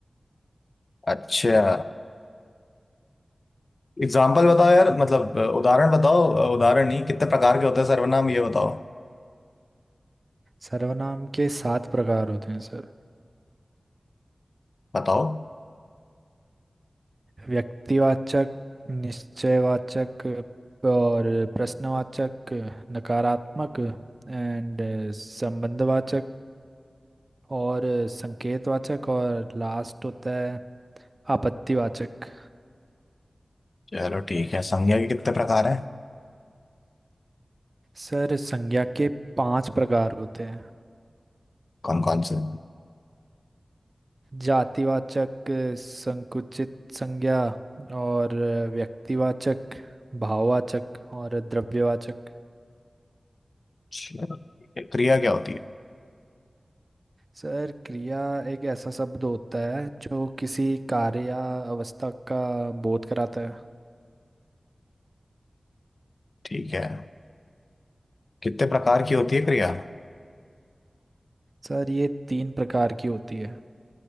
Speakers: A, on the left; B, on the right.
A: अच्छा एग्जाम्पल बताओ यार मतलब अ, उदाहरण बताओ अ, उदाहरण नहीं कितने प्रकार के होते हैं सर्वनाम ये बताओ
B: सर्वनाम के सात प्रकार होते हैं सर
A: बताओ
B: व्यक्तिवाचक निश्चयवाचक और प्रश्नवाचक नकारात्मक एंड संबंधवाचक और संकेतवाचक और लास्ट होता है आपत्तिवाचक
A: चलो ठीक है संज्ञा के कितने प्रकार हैं
B: सर संज्ञा के पांच प्रकार होते हैं
A: कौन कौन से
B: जातिवाचक संकुचित संज्ञा और व्यक्तिवाचक भाववाचक और द्रव्यवाचक
A: अच्छा, ठीक है क्रिया क्या होती है
B: सर क्रिया एक ऐसा शब्द होता है जो किसी कार्य या अवस्था का बोध कराता है
A: ठीक है कितने प्रकार की होती है क्रिया
B: सर ये तीन प्रकार की होती है